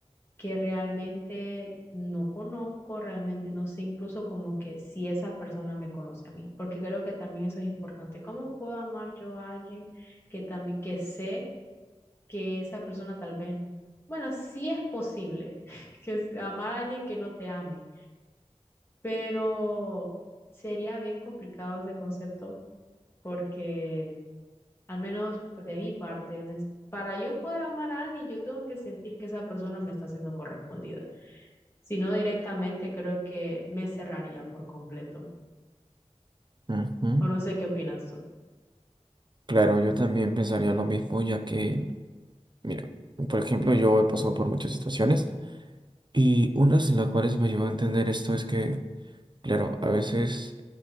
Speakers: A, on the left (about 20°); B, on the right (about 40°).
A: que realmente no conozco, realmente no sé incluso como que si esa persona me conoce a mí, porque creo que también eso es importante. ¿Cómo puedo amar yo a alguien que también, que sé que esa persona tal vez, bueno, sí es posible <laughs> que amar a alguien que no te ame? pero sería bien complicado ese concepto porque, al menos pues, de mi parte, nes- para yo poder amar a alguien, yo tengo que sentir que esa persona me está siendo correspondida. Si no directamente, creo que me cerraría por completo.
B: Ujú.
A: O no sé qué opinas tú.
B: Claro, yo también pensaría lo mismo, ya que, mira, por ejemplo, yo he pasado por muchas situaciones y unas en las cuales me llevó a entender esto es que, claro, a veces